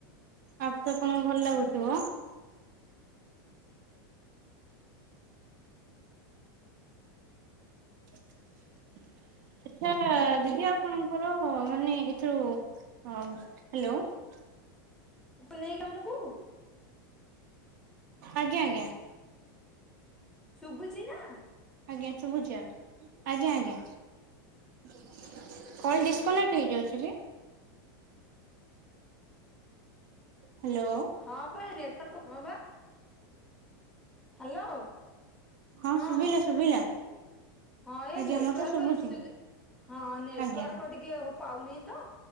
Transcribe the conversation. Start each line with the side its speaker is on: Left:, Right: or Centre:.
Right: ଆଉ ତ କଣ ଭଲ ଲାଗୁଥିବ? <inaudible> ଆଛା ଦିଦି ଆପଣଙ୍କର ମାନେ ଥ୍ରୁ ହ୍ୟାଲୋ। <unintelligible>
Centre: ନେଇକି ଆମକୁ
Right: <inaudible> ଆଜ୍ଞା ଆଜ୍ଞା।
Centre: ଶୁଭୁଚି ନା?
Right: ଆଜ୍ଞା ଶୁଭୁଚି ଆଜ୍ଞା ଆଜ୍ଞା, <inaudible> କଲ ଡିସ୍କନେଟ ହେଇ ଯାଉଚି କି?
Centre: <inaudible>
Right: ହ୍ୟାଲୋ
Centre: ହଁ ପା ଏଇ ନେଟ ପ୍ରୋବେଲମ ବା ହ୍ୟାଲୋ
Right: ହଁ
Centre: ହଁ
Right: ଶୁଭିଲା ଶୁଭିଲା
Centre: ହଁ ଏଇ
Right: ଆଜ୍ଞା
Centre: ନେଟୱର୍କ
Right: ମତେ ଶୁଭୁଛି।
Centre: ଇସୁ ଜ ହଁ ନେଟୱର୍କ
Right: ଆଜ୍ଞା
Centre: ଟିକେ ପାଉନାହି ତ